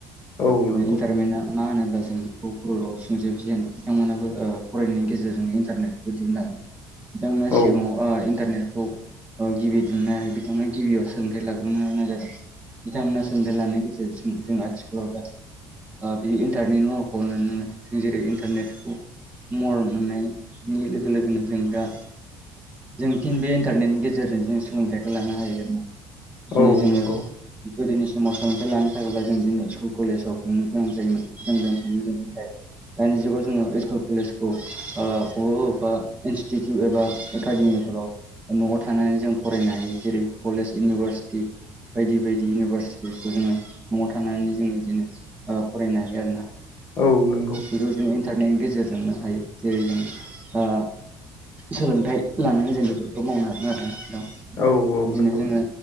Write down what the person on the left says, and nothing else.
औ नंगौ
औ
औ
नंगौ
औ नंगौ
औ औ
नंगौ